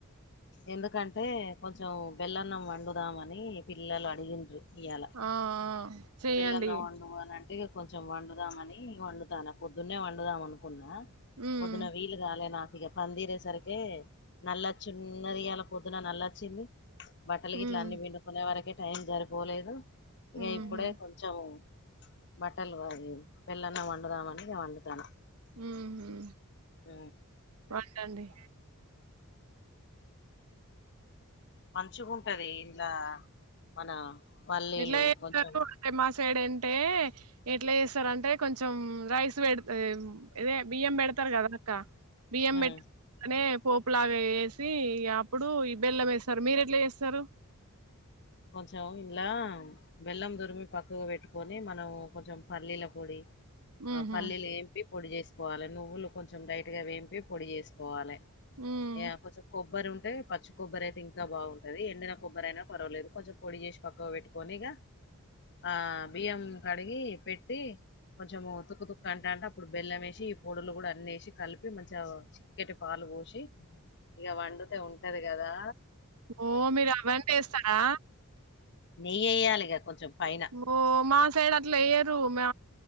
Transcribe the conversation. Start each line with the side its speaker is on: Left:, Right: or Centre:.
Left: ఎందుకంటే కొంచెం బెల్లన్నం వండుదామని పిల్లలు అడిగిండ్రు ఇయాల
Right: ఆ ఆ చెయ్యండి
Left: బెల్లన్నం వండు అని అంటే కొంచెం వండుదామని వండుతాన పొద్దున్నే వండుదాం అనుకున్నా
Right: ఉమ్
Left: పొద్దున వీలు కాలే నాకు ఇక పనిరే సరికి నల్ల వచ్చిన్న అలా పొద్దున నల్ల వచ్చింది బట్టలు గిట్ల
Right: ఉమ్
Left: అన్ని విండుకునే వరకే టైం సరిపోలేదు ఇక
Right: ఉహు
Left: ఇప్పుడే కొంచెం బట్టలు వది వెళ్ళన్న వండుదామని వండుతన
Right: ఉహు
Left: ఊ
Right: వండండి
Left: మంచిగుంటది ఇలా మన పల్లీలు
Right: ఎట్లా చేస్తారు
Left: కొంచెం
Right: అంటే మా సైడ్ అంటే ఎట్లా చేస్తారంటే కొంచెం రైస్ పెడ్తే ఇదే బియ్యం పెడతారు కదా అక్క బియ్యం
Left: ఉమ్
Right: పెట్ నే పోపులాగా ఏసి ఇగ అప్పుడు ఈ బెల్లం వేస్తారు మీరు ఎట్లా చేస్తారు
Left: కొంచెం ఇలా బెల్లం దురిమి పక్కగా పెట్టుకొని మనం కొంచెం పల్లీల పొడి ఆ
Right: ఉహు
Left: పల్లీలు ఏంపి పొడి చేసుకోవాలి నువ్వులు కొంచెం డైట్ గా వేంపి పొడి చేసుకోవాలి
Right: ఉమ్.
Left: ఏ కొంచెం కొబ్బరి ఉంటే పచ్చి కొబ్బరి అయితే ఇంకా బాగుంటది ఎండిన కొబ్బరి అయినా పర్వాలేదు కొంచెం పొడి చేసి పక్కవ పెట్టుకొని ఇగ ఆ బియ్యం కడిగి పెట్టి కొంచెం తుక్క తుక్క అంటా అంటే అప్పుడు బెల్లం వేసి ఈ పొడులు కూడా అన్ని ఏసి కలిపి మంచి చిక్కటి పాలు పూసి ఇగ వండుతే ఉంటది గదా
Right: ఓ మీరు అవన్నీ ఎస్తరా
Left: నెయ్యి ఏయ్యాలిగ కొంచెం పైన
Right: ఓ మా సైడ్ అట్ల ఏయ్యారు మా